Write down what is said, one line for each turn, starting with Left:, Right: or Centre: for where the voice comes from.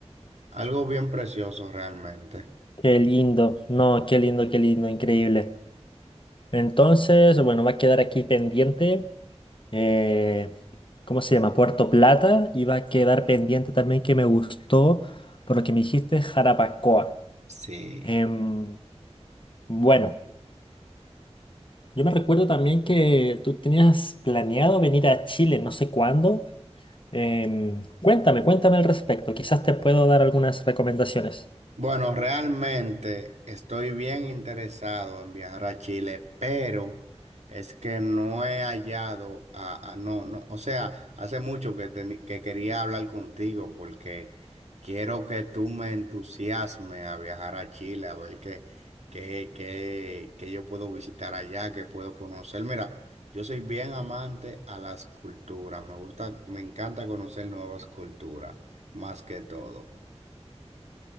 Right: Algo bien precioso realmente.
Left: Qué lindo, no, qué lindo, qué lindo, increíble. Entonces, bueno, va a quedar aquí pendiente. eh, ¿cómo se llama? Puerto Plata. Iba a quedar pendiente también que me gustó, por lo que me dijiste, Jarabacoa.
Right: Sí.
Left: Em, bueno, yo me recuerdo también que tú tenías planeado venir a Chile, no sé cuándo. Em, cuéntame, cuéntame al respecto. Quizás te puedo dar algunas recomendaciones.
Right: Bueno, realmente estoy bien interesado en viajar a Chile, pero es que no he hallado a, a- no, no, o sea, hace mucho que, teni- que quería hablar contigo porque quiero que tú me entusiasmes a viajar a Chile, a ver qué, qué, qué, qué yo puedo visitar allá, qué puedo conocer. Mira, yo soy bien amante a las culturas, me gusta, me encanta conocer nuevas culturas, más que todo.